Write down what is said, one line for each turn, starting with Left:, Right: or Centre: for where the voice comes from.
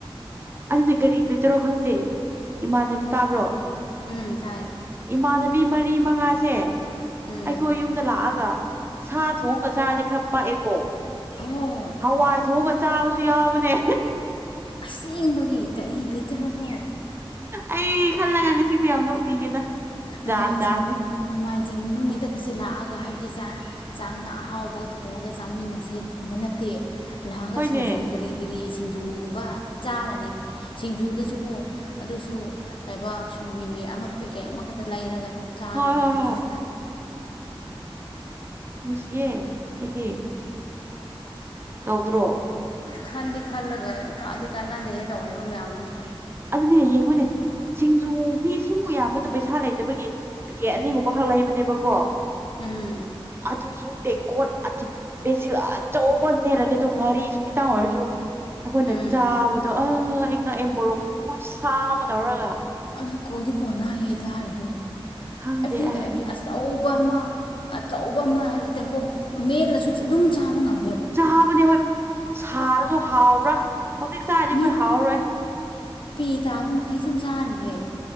Right: ꯑꯗꯨꯅꯦ ꯀꯔꯤ ꯄꯤꯗ꯭ꯔꯣ ꯈꯪꯗꯦ ꯏꯃꯥꯟ ꯇꯥꯕ꯭ꯔꯣ
Left: ꯎꯝ ꯇꯥꯏ
Right: ꯏꯃꯥꯟꯅꯕꯤ ꯃꯔꯤ ꯃꯉꯥꯁꯦ
Left: ꯎꯝ
Right: ꯑꯩꯈꯣꯏ ꯌꯨꯝꯗ ꯂꯥꯛꯑꯒ ꯁꯥ ꯊꯣꯡꯑꯉꯒ ꯆꯥꯔꯗꯤ ꯈꯔ ꯄꯥꯛꯑꯦꯀꯣ
Left: ꯍꯣꯏ
Right: ꯍꯋꯥꯏ ꯊꯣꯡꯉꯒ ꯆꯥꯕꯁꯨ ꯌꯥꯎꯕꯅꯦ
Left: ꯑꯁꯦꯡꯕꯒꯤ ꯀꯔꯤꯕꯤꯗ꯭ꯔꯣꯕꯣ
Right: ꯑꯩ ꯈꯜꯂꯒ ꯉꯁꯤꯁꯦ ꯌꯥꯝ ꯅꯣꯛꯅꯤꯡꯉꯦꯗ
Left: ꯅꯣꯡꯃꯥꯏꯖꯤꯡ
Right: ꯖꯥꯠ ꯖꯥꯠꯅꯦ
Left: ꯅꯣꯡꯃꯥꯏꯖꯤꯡ ꯅꯨꯣꯡꯃꯤ ꯍꯟꯗꯛꯀꯁꯦ ꯂꯥꯛꯑꯒ ꯍꯥꯏꯕꯗꯤ ꯆꯥꯛ ꯆꯥꯛꯁꯥꯛ ꯑꯍꯥꯎꯕꯒ ꯊꯣꯡꯉꯒ ꯆꯥꯃꯤꯟꯅꯁꯦꯒꯨꯝꯕ ꯅꯠꯇꯦ ꯂꯥꯛꯑꯒ
Right: ꯍꯣꯏꯅꯦ
Left: ꯁꯤꯡꯖꯨ ꯀꯔꯤ ꯀꯔꯤ ꯁꯤꯡꯖꯨꯒꯨꯝꯕ ꯆꯥꯔꯅꯤ ꯁꯤꯡꯖꯨꯗꯁꯨꯀꯣ ꯑꯗꯨꯁꯨ ꯀꯩꯕ ꯃꯤꯃꯤ ꯑꯃ ꯄꯦꯛꯀꯦ ꯑꯃꯈꯛꯇ ꯂꯩꯔꯒ ꯆꯥꯗꯣꯏꯅꯦ
Right: ꯍꯣꯏ ꯍꯣꯏ
Left: ꯑꯗꯨꯁꯨ
Right: ꯍꯣꯏ ꯅꯨꯡꯁꯤ ꯌꯦꯦ ꯑꯩꯗꯤ ꯍꯥꯎꯗ꯭ꯔꯣ
Left: ꯈꯟꯗꯤ ꯈꯜꯂꯒ ꯀꯥꯗꯤ ꯀꯥꯟꯅꯗꯦꯍꯦ ꯇꯧꯔꯤꯕ ꯃꯌꯥꯝꯗꯨꯁꯨ
Right: ꯑꯗꯨꯅꯦ ꯌꯦꯡꯉꯨꯅꯦ ꯁꯤꯡꯖꯨ ꯃꯤ ꯁꯤꯃꯨꯛ ꯌꯥꯝꯕꯗꯣ ꯄꯩꯁꯥ ꯂꯩꯗꯕꯒꯤ ꯄꯤꯀꯦꯠ ꯑꯅꯤꯒꯨꯝꯕꯈꯛ ꯂꯩꯕꯅꯦꯕꯀꯣ
Left: ꯎꯝ
Right: ꯑꯗꯨ ꯑꯗꯨꯁꯨ ꯇ ꯀꯣꯁꯤ ꯑꯆꯧꯕ ꯅꯦꯜꯂꯅꯤ ꯑꯗꯨ ꯉꯥꯔꯤꯁꯨ ꯈꯤꯇꯪ ꯑꯣꯏꯔꯁꯨ ꯑꯩꯈꯣꯏꯅ
Left: ꯎꯝ
Right: ꯆꯥꯕꯗꯣ ꯑ ꯅꯪ ꯑꯦ ꯃꯣꯔꯣꯛꯁꯨ ꯈꯨꯠ ꯁꯥ ꯑꯃ ꯇꯧꯔꯒ
Left: ꯑꯗꯨ ꯀꯣꯗꯤ ꯀꯣꯅꯅꯥꯌꯦ ꯇꯔꯤꯗꯣ
Right: ꯈꯪꯗꯦ
Left: ꯍꯥꯏꯕꯗꯤ
Right: ꯑꯥꯏ
Left: ꯍꯥꯏꯕꯗꯤ ꯑꯁ ꯑꯆꯧꯕ ꯑꯃ ꯑꯆꯧꯕ ꯑꯃ ꯍꯥꯏꯕꯗꯤ ꯇꯦꯡꯀꯣꯛ ꯃꯦꯜꯂꯁꯨ ꯑꯗꯨꯝ ꯆꯥꯕ ꯉꯝꯝꯕ
Right: ꯆꯥꯕꯅꯦ ꯍꯣꯏ ꯁꯥꯔꯁꯨ ꯍꯥꯎꯕ꯭ꯔꯥ ꯍꯧꯖꯤꯛ ꯆꯥꯔꯤꯗꯤ
Left: ꯃꯤꯠ
Right: ꯑꯩꯈꯣꯏ ꯍꯥꯎꯔꯣꯏ
Left: ꯄꯤ ꯇꯥꯕ ꯃꯈꯩ ꯁꯨꯝ ꯆꯥꯔꯤꯌꯦꯦ